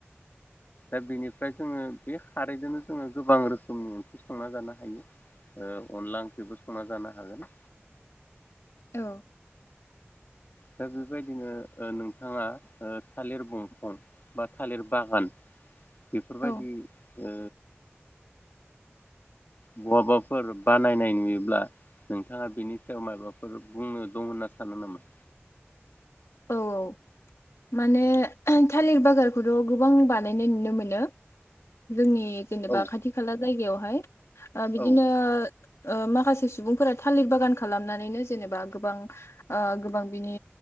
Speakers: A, on the left (about 45°); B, on the left (about 80°).
A: दा बेनिफ्राय जोङो बे खारैजोंनो जोङो गोबां रोखोमनि ओंख्रि संना जानो हायो अनला ओंख्रिबो संना जानो हागोन।
B: औ।
A: दा बेबायदिनो नोंथाङा थालिर बंफां बा थालिर बागान बेफोरबायदि
B: औ
A: उम बहाबाफोर बानायनाय नुयोब्ला नोंथाङा बेनि सायाव माबाफोर बुंनो दं होनना सानो नामा?
B: औ औ माने थालिर बागारखौथ' गोबां बानायनाय नुनो मोनो जोंनि जेनेबा
A: औ
B: खाथि खाला जागायावहाय ओ बिदिनो
A: औ
B: ओ माखासे सुबुंफोरा थालिर बागान खालामनानैनो जेनेबा गोबां ओ गोबां बिनि